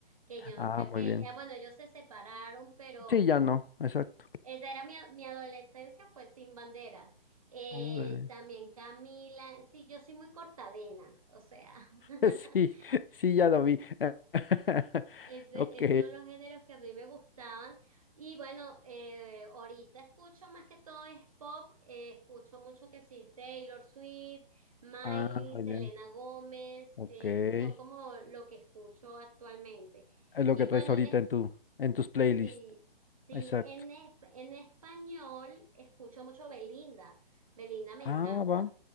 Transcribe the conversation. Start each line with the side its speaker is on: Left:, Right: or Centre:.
Right: que yo
Left: Ah,
Right: creo
Left: muy
Right: que,
Left: bien.
Right: eh, bueno, ellos se separaron, pero
Left: Sí, ya no, exacto.
Right: esa era mi, mi adolescencia, fue Sin Banderas. Eh,
Left: Órale.
Right: también Camila, sí, yo soy muy cortavenas, o sea, <laughs>
Left: <laughs> Sí, sí, ya lo vi. <laughs>
Right: Es, de-
Left: Ok.
Right: es de los géneros que a mí me gustaban. Y bueno, eh, ahorita escucho más que todo es pop. eh, escucho mucho que sí, Taylor Swift, Miley,
Left: Ah, muy
Right: Selena
Left: bien.
Right: Gómez.
Left: Ok.
Right: eh,
Left: Es
Right: son como lo que escucho actualmente.
Left: lo
Right: Y
Left: que
Right: bueno,
Left: traes ahorita
Right: en
Left: en tu, en tus playlists.
Right: Sí, sí,
Left: Exacto.
Right: en, es- en español escucho mucho Belinda. Belinda me
Left: Ah,
Right: encanta.
Left: va.